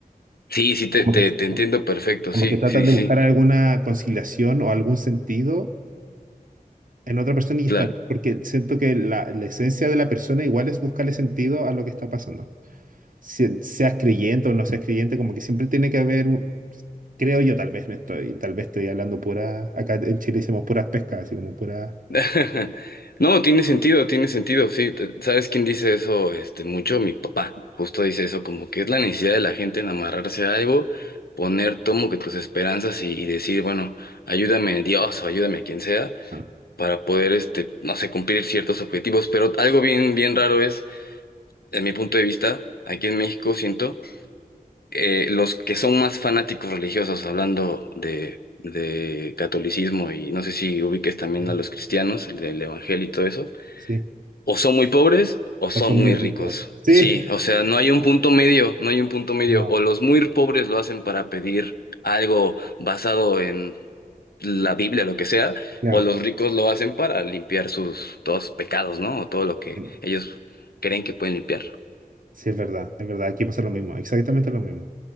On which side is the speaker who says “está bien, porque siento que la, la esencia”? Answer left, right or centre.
Right